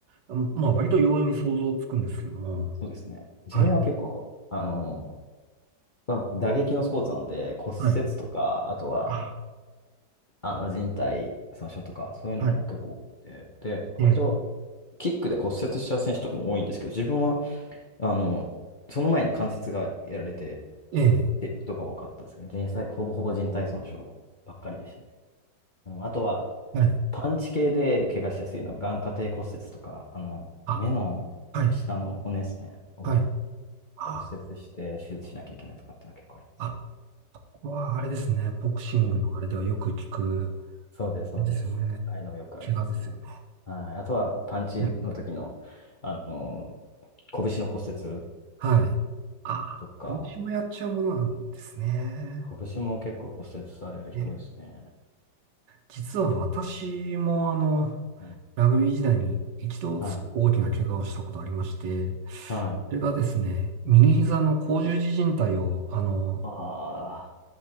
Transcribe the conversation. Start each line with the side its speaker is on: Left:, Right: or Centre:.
Right: うんまあ割と容易に想像つくんですけども。
Left: そうですね。自分は結構、
Right: はい。
Left: あの、まあ打撃のスポーツなので、骨折とか、
Right: はい。
Left: あとは、
Right: あ
Left: あの、靭帯損傷とか、そういうのも結構多くて、
Right: はい。
Left: で、割と、
Right: ええ
Left: キックで骨折しちゃう選手とかも多いんですけど、自分は、あの、その前に関節がやられて、
Right: ええ
Left: ていうことが多かったですね。人体、ほぼほぼ人体損傷ばっかりでしたね。うん、あとは、
Right: はい。
Left: パンチ系で怪我しやすいのは眼下底骨折とか、あの、
Right: あ、
Left: 目の
Right: はい、
Left: 下の骨ですね、を
Right: はい。あ、
Left: 骨折して手術しなきゃいけないとかっていうのは結構あります。
Right: あ、ここはあれですね。ボクシングのあれではよく聞く、
Left: うん。そうです、そうです。
Right: あれですね。
Left: ああいうのもよくありますね。
Right: 怪我ですよ
Left: はい。あとは、パンチの時の、
Right: ね。ね
Left: あの、拳の骨折
Right: はい。あ、
Left: とか、
Right: 拳もやっちゃうものなんですね。
Left: 拳も結構骨折される人多いですね。
Right: ね、実は私もあの、
Left: うん。
Right: ラグビー時代に一度すごく大きな怪我をしたことありまして、
Left: はい。はい。
Right: それがですね、右膝の甲状肢靭帯を、あの、
Left: あ